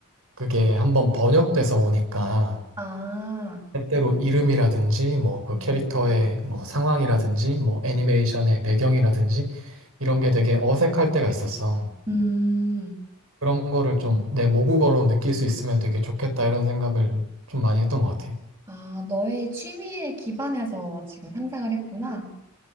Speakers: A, on the right; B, on the right.
A: 그게 한번 번역돼서 오니까
B: 아,
A: 때때로 이름이라든지 뭐 그
B: 음.
A: 캐릭터의 뭐 상황이라든지 뭐 애니메이션의 배경이라든지 이런 게 되게 어색할 때가 있었어.
B: 음,
A: 그런 거를 좀 내 모국어로 느낄 수 있으면 되게 좋겠다 이런 생각을 좀 많이 했던 것 같아.
B: 아, 너의 취미에 기반해서 지금 상상을 했구나.